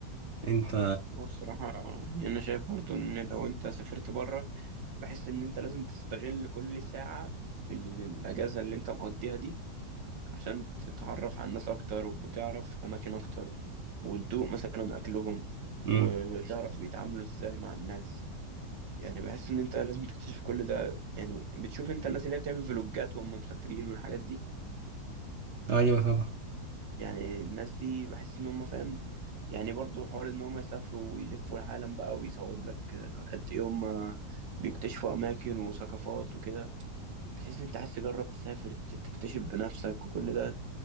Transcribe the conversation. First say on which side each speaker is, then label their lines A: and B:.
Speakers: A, on the right; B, on the right.
A: أنت
B: والصراحة يعني انا شايف برضه ان لو انت سافرت بره بحس ان انت لازم تستغل كل ساعة في ال- الاجازة اللي انت مقضيها دي عشان تتعرف على الناس أكتر وتعرف أماكن أكتر وتدوق مثلا أكلهم
A: مم.
B: وتعرف بيتعاملوا إزاي مع الناس يعني بحس إن أنت لازم تكتشف كل ده يعني بتشوف أنت الناس اللي هي بتعمل فلوجات وهم مسافرين والحاجات دي
A: أيوة طبعا
B: يعني الناس دي بحس إن هم فاهم يعني برضو حوار إن هم يسافروا ويلفوا العالم بقى ويصوروا لك قد إيه هم بيكتشفوا أماكن وثقافات وكده بتحس إن أنت عايز تجرب تسافر ت- تكتشف بنفسك وكل ده